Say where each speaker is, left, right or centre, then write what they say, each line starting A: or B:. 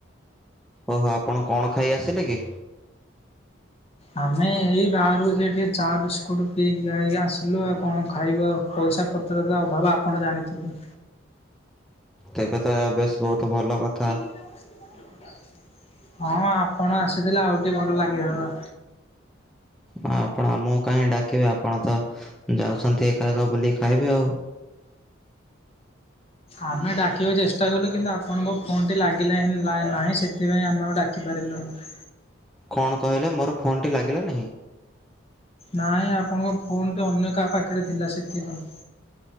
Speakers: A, in the centre; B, on the left (about 30°).
A: ଓହୋ ଆପଣ କଣ ଖାଇ ଆସିଲେ କି?
B: ଆମେ ଏଇ ବାହାରକୁ ସେ ଟିକେ ଚା ବିସ୍କୁଟ ପିଇକି ଖାଇକି ଆସିଲୁ ଆଉ କଣ ଖାଇବ ଆଉ ପଇସା ପତ୍ରର ଅଭାବ ଆପଣ ଜାଣିଥିବେ।
A: କେବେ ତ ଏହା ବେସ୍ ବୋହୁତ୍ ଭଲ କଥା।
B: <unintelligible> ହଁ ଆପଣ ଆସିଥିଲେ ଆଉ ଟିକେ ଭଲ ଲାଗିଥାନ୍ତା।
A: ଆଉ ଆପଣ ଆମକୁ କାହିଁ ଡାକିବେ ଆପଣ ତ ଯାଉଛନ୍ତି ଏକା ଏକ ଏକା ବୁଲିକି ଖାଇବେ ଆଉ।
B: ଆମେ ଡାକିବାକୁ ଚେଷ୍ଟା କଲୁ କିନ୍ତୁ ଆପଣଙ୍କ ଫୋନ୍ ଟି ଲାଗିଲା ହିଁ ନାହିଁ ସେଥିପାଇଁ ଆମେ ଆଉ ଡାକିପାରିଲୁନି।
A: କଣ୍ କହିଲେ ମୋର ଫୋନ୍ଟି ଲାଗିଲା ନାହିଁ?
B: ନାଇଁ ଆପଣଙ୍କ ଫୋନ୍ ଟି ଅନ୍ୟ କାହା ପାଖରେ ଥିଲା ସେଥିପାଇଁ।